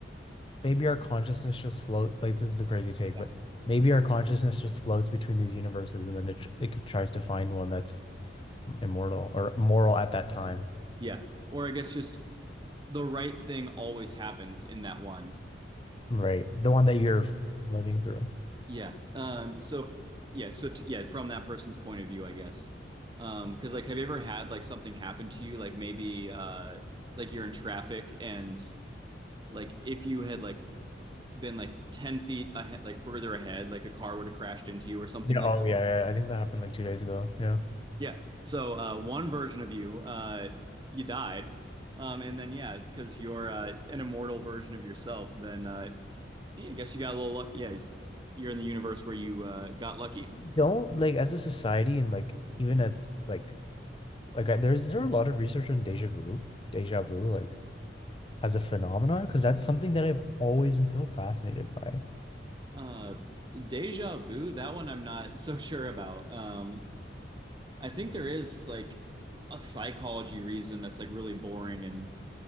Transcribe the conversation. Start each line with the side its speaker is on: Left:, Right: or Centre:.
Left: maybe our consciousness just float like this is a crazy take
Right: yeah,
Left: but maybe our consciousness just floats between these universes and then it, it tries to find one that's immortal or moral at that time
Right: yeah. Or I guess just the right thing always happens in that one.
Left: right the one that you're living through
Right: Yeah. Um, so f- yeah. So t- yeah, from that person's point of view, I guess. Um, 'cause like, have you ever had like something happen to you? Like maybe uh, like you're in traffic and like if you had like been like 10 feet ahead, like further ahead, like a car would have crashed into you or something
Left: yeah
Right: like
Left: oh
Right: that.
Left: yeah, yeah I think that happened like two days ago yeah
Right: Yeah. So uh, one version of you, uh, you died. Um, and then yeah, because you're uh, an immortal version of yourself, then uh, yeah, I guess you got a little luck. Yeah, it's- you're in the universe where you uh, got lucky.
Left: don't like as a society and like even as like like I, there's there a lot of research on deja vu deja vu like as a phenomenon because that's something that I've always been so fascinated by
Right: Uh, Deja Vu, that one I'm not so sure about. Um, I think there is like a psychology reason that's like really boring and